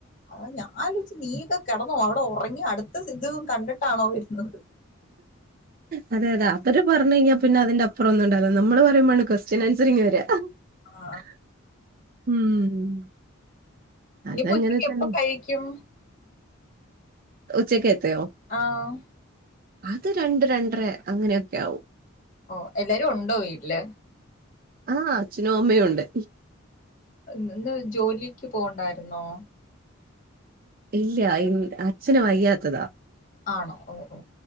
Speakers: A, on the left; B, on the right.
A: അ ഞാൻ ആലോയ്ച്ച് നീയൊക്കെ കെടന്ന് അവടെ ഒറങ്യോ അട് ഇത് ഇത് കണ്ട്ട്ടാണോ വെര്ന്നത്
B: ആ അതെ അതെ അവര് പർഞയ്ഞ്ഞാ പിന്നെ അതിന്റെ അപ്പറൊന്നുണ്ടാവൂല നമ്മള് പറയ്മ്പാണ് ക്വൊസ്റ്റ്യനാൻസറിങ് വെരാ
A: ആ
B: ഉം അതങ്ങനെ
A: ഇനി <unintelligible>
B: തന്നെ
A: കഴിക്കും
B: ഉച്ചെക്കത്തെയോ
A: ആഹ്
B: അത് രണ്ട് രണ്ടര അങ്ങനെയൊക്കാവും
A: ഓഹ് എല്ലാരു ഉണ്ടോ വീട്ടില്
B: ആഹ് അച്ഛനും അമ്മയും ഉണ്ട്
A: ഇന്ന് ജോലിക്ക് പോകണ്ടായിരുന്നോ
B: ഇല്ല ഇ അച്ഛന് വയ്യാത്തതാ
A: ആണോ ഓഹ് ഓഹ്